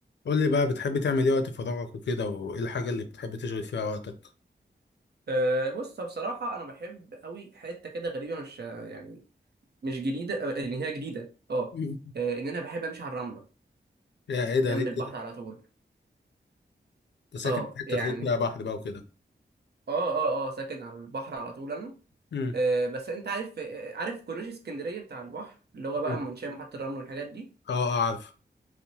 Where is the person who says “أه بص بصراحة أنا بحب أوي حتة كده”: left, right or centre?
Right